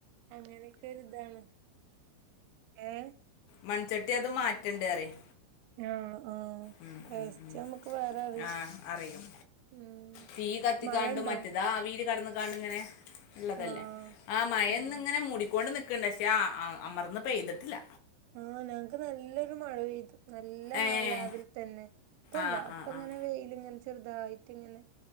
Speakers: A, on the right (about 85°); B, on the left (about 70°).
A: അങ്ങനേക്കൊരു ഇതാണ് ഏഹ്
B: മൺചട്ടി അത് മാറ്റണ്ടേ പറയും
A: ആഹ് ആഹ്
B: ഉം
A: ടേസ്റ്റ്
B: ഉം ഉം
A: നമുക്ക് വേറെ അറിയും
B: ആഹ് അറിയും
A: ഉം
B: തീ കത്തിക്കാണ്ടും
A: മഴണ്ടോ
B: മറ്റേത് ആവീലും കടന്ന്ങ്ങാണ്ട് ഇങ്ങനെ ഉള്ളതല്ലേ
A: ആഹ്
B: ആ മഴേന്ന്ങ്ങനെ
A: ആഹ്
B: മൂടിക്കോണ്ട് നിക്ക് ക്ക്ണ്ട് പക്ഷേ ആ അമർന്ന് പെയ്തട്ടില്ല
A: ആഹ് ഞങ്ങക്ക് നല്ലൊരു മഴ പെയ്തു നല്ല
B: ഏഹ്
A: മഴ രാവിലെ തന്നെ ഇപ്പല്ല
B: ആഹ്
A: ഇപ്പിങ്ങനെ
B: ആഹ് ആഹ്
A: വെയില് ഇങ്ങന ചെറുതായിട്ട് ഇങ്ങനെ